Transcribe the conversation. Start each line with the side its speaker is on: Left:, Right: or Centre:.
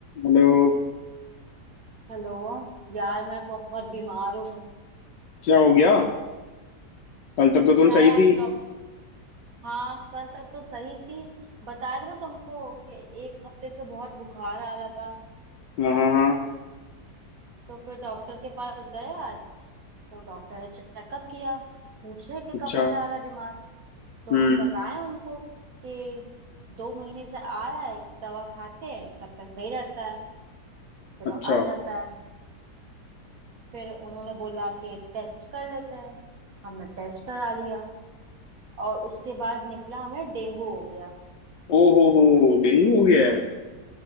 Left: Hello
Right: Hello यार मैं बहुत बीमार हूँ
Left: क्या हो गया कल तक तो तुम
Right: यार
Left: सही
Right: आज
Left: थी
Right: डॉक्टर हाँ कल तक तो सही थी बताया था ना तुमको कि एक हफ्ते से बहुत बुखार आ रहा था
Left: हाँ हाँ हाँ
Right: तो फिर डॉक्टर के पास गए आज तो डॉक्टर ने चेकअप किया पूछे कि
Left: अच्छा
Right: कब से आ रहा है बीमार तो
Left: हम्म
Right: हम बताएं उनको कि दो महीने से आ रहा है दवा खाते हैं तब तक सही रहता है फिर
Left: अच्छा
Right: वो आ जाता है फिर उन्होंने बोला कि टेस्ट कर लेते हैं हमने टेस्ट करा लिया और उसके बाद निकला हमें डेंगू हो गया
Left: ओ हो हो डेंगू हो गया है